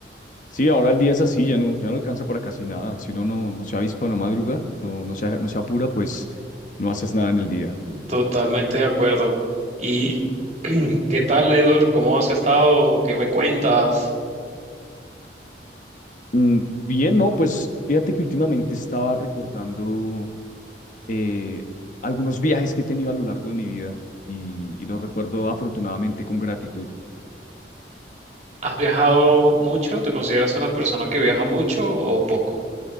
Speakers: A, on the left; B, on the right.
A: Sí, ahora el día es así, ya no, ya no alcanza para casi nada. Si uno no, no se avispa, no madruga, no, no se, no se apura, pues no haces nada en el día.
B: Totalmente de acuerdo. ¿Y <clears throat> qué tal, Edward? ¿Cómo has estado? ¿Qué me cuentas?
A: Mm, bien, no, pues fíjate que últimamente estaba recordando eh, algunos viajes que he tenido a lo largo de mi vida y, y los recuerdo afortunadamente con gratitud.
B: ¿Has viajado mucho? ¿Te consideras una persona que viaja mucho o poco?